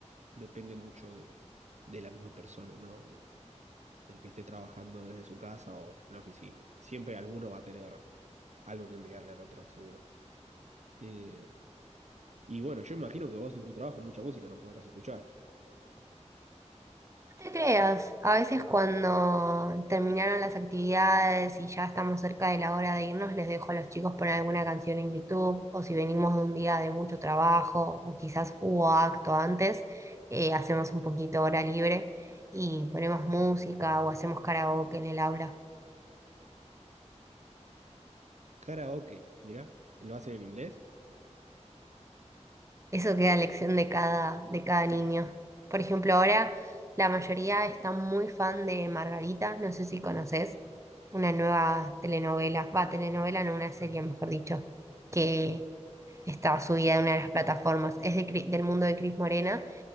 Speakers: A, on the right; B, on the right.
A: depende mucho de, de la misma persona, ¿no? Del, del que esté trabajando desde su casa o en la oficina. Siempre alguno va a tener algo que enviarle al otro, seguro. Eh, y bueno, yo imagino que vos en tu trabajo mucha música no podrás escuchar.
B: No te creas, a veces cuando terminaron las actividades y ya estamos cerca de la hora de irnos, les dejo a los chicos poner alguna canción en YouTube o si venimos de un día de mucho trabajo o quizás hubo acto antes, eh, hacemos un poquito hora libre y ponemos música o hacemos karaoke en el aula.
A: Karaoke, mirá, lo hacen en inglés.
B: Eso queda a elección de cada, de cada niño. Por ejemplo, ahora la mayoría está muy fan de Margarita, no sé si conoces, una nueva telenovela, va, telenovela, no, una serie, mejor dicho, que está subida en una de las plataformas. Es de Cri- del mundo de Cris Morena